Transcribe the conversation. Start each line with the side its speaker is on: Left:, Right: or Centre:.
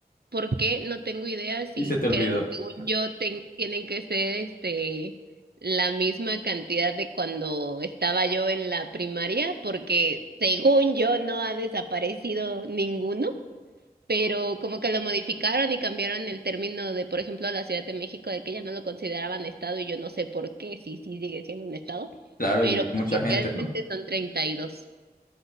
Right: ¿Por qué? No tengo idea si
Left: Y se te olvidó.
Right: creo, según yo, ten- tienen que ser este la misma cantidad de cuando estaba yo en la primaria, porque según yo no ha desaparecido ninguno, pero como que lo modificaron y cambiaron el término de, por ejemplo, la Ciudad de México, de que ya no lo consideraban estado y yo no sé por qué, sí, sí sigue siendo un estado,
Left: Claro,
Right: pero
Left: y vive mucha
Right: oficialmente
Left: gente, ¿no?
Right: son 32.